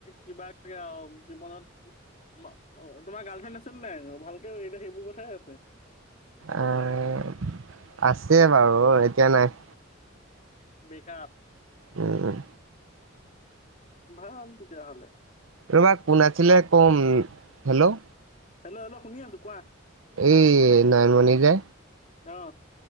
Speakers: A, on the left; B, on the right.
A: কিবাকে আৰু জীৱনত তোমাৰ অ তোমাৰ গাৰ্লফ্ৰেণ্ড আছে নাই? ভালকে সেইবোৰ কথাই আছে
B: এ আছে বাৰু এতিয়া নাই
A: বেকাপ
B: উম -উম
A: ভাল তেতিয়া হ'লে।
B: ৰবা কোন আছিলে কম হেল্ল'
A: হেল্ল', -হেল্ল', শুনি আছো কোৱা
B: এই নয়নমণি যে
A: অহ